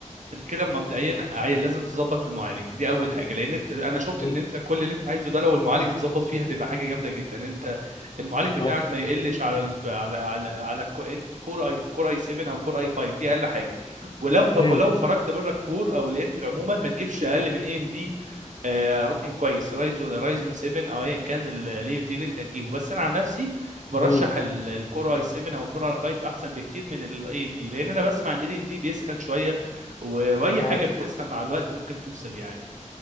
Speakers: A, on the right; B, on the left.
A: انت كده مبدئيا عاي- لازم تظبط المعالج دي اول حاجه لان انت انا شفت
B: مم.
A: ان انت كل اللي انت عايزه ده لو المعالج اتظبط فيه هتبقى حاجه جامده جدا انت المعالج بتاعك
B: اه
A: ما يقلش على ال... على على على الكو- انت كور اي كور اي 7 او كور اي 5 دي اقل حاجه ولو خ- ولو
B: مم.
A: خرجت بره الكور او الانتل عموما ما تجيبش اقل من اي ام دي رقم كويس رايزون رايزون 7 او ايا كان الاي ام دي اللي انت هتجيبه بس انا عن نفسي برشح
B: مم.
A: ال- الكور اي 7 او الكور اي 5 احسن بكتير من الاي ام دي لان انا بسمع ان الاي ام دي بيسخن شويه و- واي حاجه
B: اه
A: بتسخن مع الوقت ممكن تفصل يعني